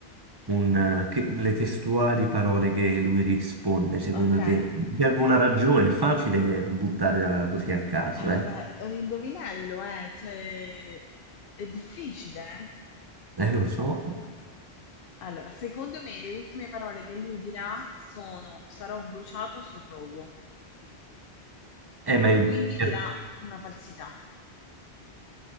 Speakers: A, on the right; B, on the left.
A: un, eh, che- le testuali parole che lui risponde, secondo
B: Ok, eh,
A: te? Mi serve una ragione, è facile buttarla così a caso,
B: vabbè,
A: eh?
B: è un indovinello, eh, cioè, è difficile, eh?
A: Eh, lo so.
B: Allora, secondo me le ultime parole che lui dirà sono sarò bruciato sul rogo
A: Eh, ma
B: e
A: il-
B: quindi
A: per-
B: dirà una falsità.